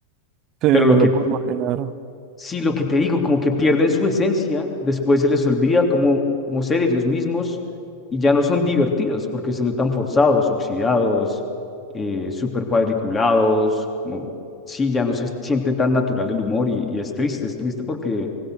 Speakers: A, on the right; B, on the left.
A: Sí, me
B: Pero lo que
A: lo puedo imaginar.
B: Sí, lo que te digo, como que pierden su esencia, después se les olvida cómo, cómo ser ellos mismos y ya no son divertidos porque se notan forzados, oxidados, eh, súper cuadriculados, como, sí, ya no se siente tan natural el humor y, y es triste, es triste porque